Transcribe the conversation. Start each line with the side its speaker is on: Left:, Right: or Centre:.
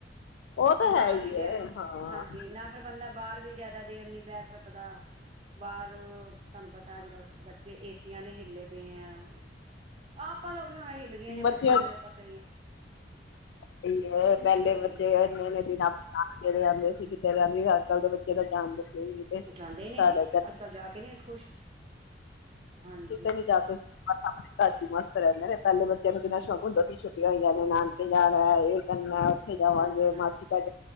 Left: ਉਹ ਤਾਂ
Right: ਤੇ
Left: ਹੈ
Right: ਬਾਹਰ
Left: ਹੀ
Right: ਵੀ
Left: ਹੈ ਹਾਂ
Right: ਹਾਂਜੀ ਨਾ ਫਿਰ ਬੰਦਾ ਬਾਹਰ ਵੀ ਜਿਆਦਾ ਦੇਰ ਨੀ ਬਹਿ ਸਕਦਾ ਬਾਹਰ ਤੁਹਾਨੂੰ ਪਤਾ ਅੱਜ ਕੱਲ ਜੇ ਏਸੀਆਂ ਦੇ ਹਿੱਲੇ <unintelligible>
Left: ਬੱਚਿਆਂ
Right: <unintelligible>
Left: ਪਹਿਲੇ
Right: ਹਾਂਜੀ।
Left: ਬੱਚੇ ਇਨੇ ਇਨੇ ਆਪਣੇ ਘਰੇ ਆਉਂਦੇ ਸੀ। <unintelligible>
Right: ਉਹ ਜਾਂਦੇ
Left: ਸਾਡਾ
Right: ਨੇ ਜੇ ਅੱਜ ਕੱਲ੍ਹ ਜਾ ਕੇ ਨੇ ਖੁਸ਼ ਹਾਂਜੀ
Left: ਕਿਤੇ ਨੀ ਜਾ ਕੇ ਰਾੀ ਮਾਸ ਕਰੈ। <unintelligible> ਪਹਿਲੇ ਬੱਚਿਆਂ ਨੂੰ ਕਿੰਨਾ ਸ਼ੌਕ ਹੁੰਦਾ ਸੀ ਛੁੱਟੀਆਂ ਹੋਈਆ ਨੇ ਨਾਨਕੇ ਜਾਣਾ ਇਹ ਕਰਨਾ ਥੇ ਜਾਵਾਂਗੇ
Right: ਹਾਂਜੀ ਹਾਂਜੀ।
Left: ਮਾਸੀ ਘਾਂਗੇ